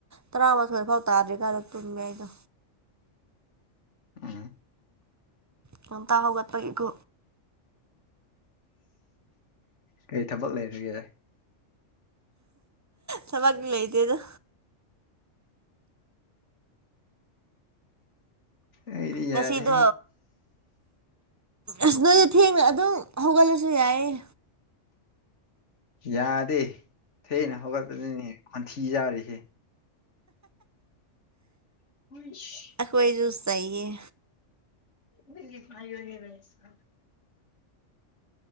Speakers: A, on the right; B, on the left.
A: ꯇꯔꯥꯃꯥꯊꯣꯏ ꯐꯥꯎ ꯇꯥꯗ꯭ꯔꯤ ꯀꯥꯗꯣ ꯇꯨꯝꯃꯦ ꯑꯩꯗꯣ
B: ꯎ
A: ꯉꯝꯇ ꯍꯧꯒꯠꯄꯒꯤꯀꯣ
B: ꯀꯔꯤ ꯊꯕꯛ ꯂꯩꯔꯤꯒꯦ
A: ꯊꯃꯛ ꯂꯩꯇꯦꯗ
B: ꯑꯩꯗꯤ ꯌꯥꯔ
A: ꯉꯁꯤꯗꯣ ꯑꯁ ꯅꯣꯏꯗꯤ ꯊꯦꯡꯅ ꯑꯗꯨꯝ ꯍꯧꯒꯠꯂꯁꯨ ꯌꯥꯏꯌꯦ
B: ꯌꯥꯗꯦ ꯊꯅ ꯍꯧꯒꯠꯄꯗꯨꯅꯦ ꯈꯣꯟꯊꯤ ꯌꯥꯥꯔꯤꯁꯦ ꯍꯟꯁ
A: ꯑꯩꯈꯣꯌ ꯁꯨ ꯆꯩ ꯑꯦ
B: ꯅꯪꯒꯤ ꯐꯥꯏ ꯑꯣꯏꯕꯁ